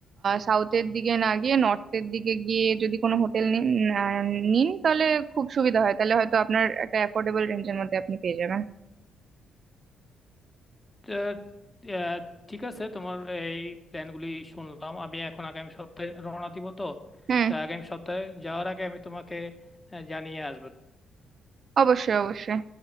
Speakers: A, on the right; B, on the left.
A: সাউথের দিকে না গিয়ে নর্থের দিকে গিয়ে যদি কোনো হোটেল নিন আহ, নিন তাহলে খুব সুবিধা হয় তাহলে হয়তো আপনার একটা অ্যাফোর্ডেবল রেঞ্জের মধ্যে আপনি পেয়ে যাবেন
B: আহ, আহ, ঠিক আছে তোমার এই প্ল্যানগুলি শুনলাম আমি এখন আগামী সপ্তাহে রওনা দিব তো
A: হুম
B: তা আগামী সপ্তাহে যাওয়ার আগে আমি তোমাকে আহ, জানিয়ে আসবো
A: অবশ্যই অবশ্যই